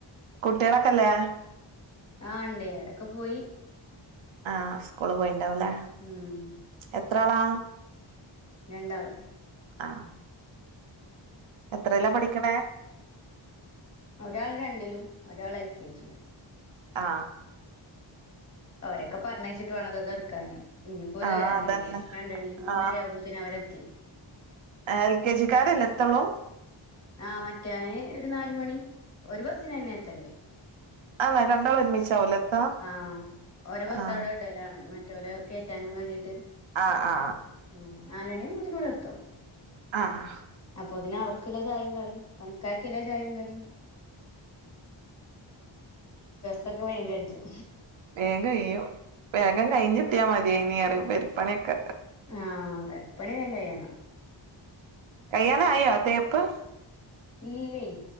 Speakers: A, on the right (about 75°); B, on the left (about 35°).
A: കുട്ടെളൊക്കല്ലേ
B: ആ ഇണ്ടേ അവരൊക്കെ പോയി
A: ആ സ്കൂള് പോയിണ്ടാവുല്ലേ
B: ഉം
A: എത്ര ആളാ
B: രണ്ടാആള്
A: ആ എത്രലാ പഠിക്കണേ
B: ഒരാൾ രണ്ടിലും ഒരാൾ എൽ കെ ജിയിലും
A: ആ
B: ഒരൊക്കെ പറഞ്ഞയച്ചിട്ട് വേണ ഇതോക്കെ എടുക്കാന് ഇഞ്ജ് ഒര്
A: ആഹ്
B: വരാനായില്ലേ
A: അതന്നെ
B: രണ്ടണി മൂന്നര
A: ആഹ്
B: ആവുമ്പോ ആവുമ്പോക്ക് അവരെത്തി
A: എൽ കെ ജിക്കാരല്ല എത്തുള്ളൂ
B: ആഹ മറ്റേന് ഒരു നാല് മണി ഒരു ബസ്സിന് തന്നെ എത്തല്
A: ആ രണ്ടാൾ ഒരുമിചാവുംലെ എത്താ
B: ആഹ് ഓരെ ബസ്
A: ആഹ്
B: അവിടെ ഇടലാണ് മറ്റോരെ കയറ്റാനും മാണ്ടീട്ട്
A: ആ ആ
B: ഉം നാലുണി ആവുമ്പോത്തിന് എത്തും
A: ആഹ്
B: അപ്പൊ ഇതിനെ അവർക്ക് എല്ലാ ചായേം കടീം പണിക്കാർക്കിള്ള ചായേം കടീം തൊക്കെ വേഗം കയ്ജും
A: വേഗം കഴിയും വേഗം കഴിഞ്ഞെത്തിയാമതീയിനിറയും വീട് പണിയൊക്കെ
B: ആഹ് <unintelligible> ചെയ്യണേ
A: കയ്യാനായോ തേപ്പ്
B: ഇല്ലേ